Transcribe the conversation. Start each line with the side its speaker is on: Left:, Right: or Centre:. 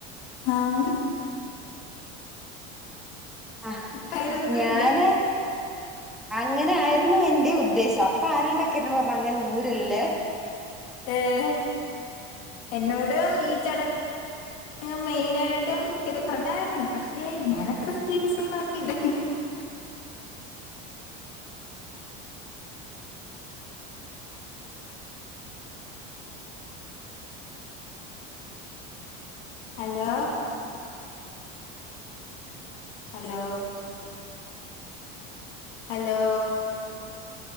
Left: ആഹ
Centre: ആ
Left: കയ്യിലൊന്നും
Centre: ഞാന്
Left: ഇല്ല
Centre: അങ്ങനെ ആായിരുന്നു എ ഉദ്ദേശം അപ്പ ആ ി പറഞ്ഞ അങ്ങനെ ര്ല്ലേ
Left: ഏർ എന്നോട ഈ ചടങ്ങങ് മെയിന ആായിട്ടും ഇത് പറഞ്ഞായിരുന്നു പക്ഷെ ഞാൻത്ര സീരിയസ് ഒട്ടത് ഹലോ ഹലോ ഹലോ